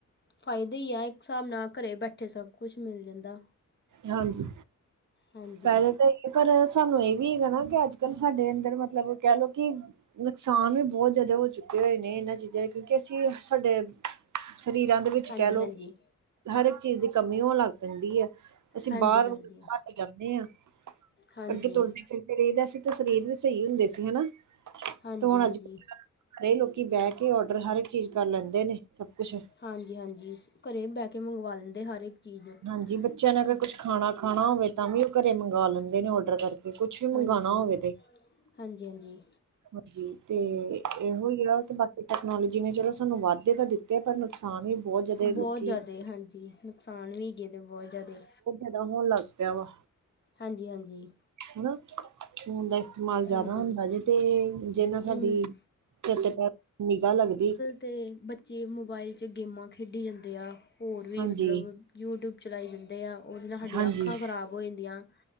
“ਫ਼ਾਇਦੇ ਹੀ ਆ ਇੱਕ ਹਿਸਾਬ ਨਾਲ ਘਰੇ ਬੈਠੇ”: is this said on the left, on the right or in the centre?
Left